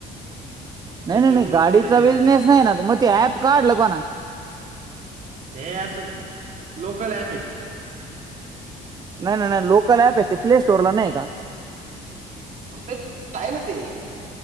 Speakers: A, on the right; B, on the right.
A: नाही
B: त्याच्यामुळे
A: नाही नाही गाडीचा
B: ते
A: बिझनेस
B: अं,
A: नाही ना मग ते ऍप काढलं कोणा.
B: ते असं लोकल ॲप आहे ते
A: नाही नाही नाही लोकल ऍप य ते प्ले स्टोर ला नाही का
B: ते कााय ना ते